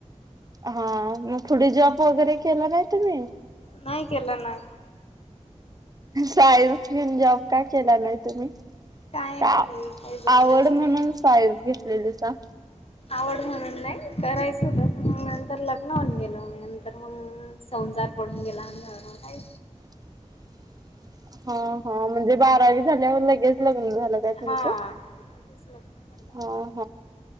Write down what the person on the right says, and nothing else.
हा मग पुढे जॉप वगैरे केलं नाय तुम्ही
सायन्स घेऊन जॉब का केला नाय तुम्ही?
का
आवड म्हणून
सायन्स घेतलेलीसा.
<unintelligible> हा हा म्हणजे बारावी झाल्यावर लगेच लग्न झालं काय तुमचं?
हा